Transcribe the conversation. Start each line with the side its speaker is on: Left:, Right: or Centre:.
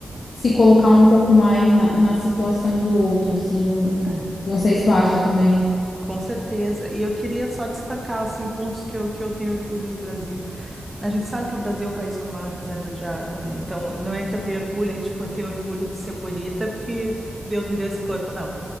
Left: se colocar um pouco mais na, na situação do outro, assim, não,
Right: é.
Left: não sei se tu acha também.
Right: Com certeza. E eu queria só destacar, assim, pontos que eu, que eu tenho orgulho do Brasil. A gente sabe que o Brasil é o país com maior reserva de água, né? Então, não é que eu tenho orgulho, é tipo, eu tenho orgulho de ser bonita, porque Deus me deu esse corpo, não.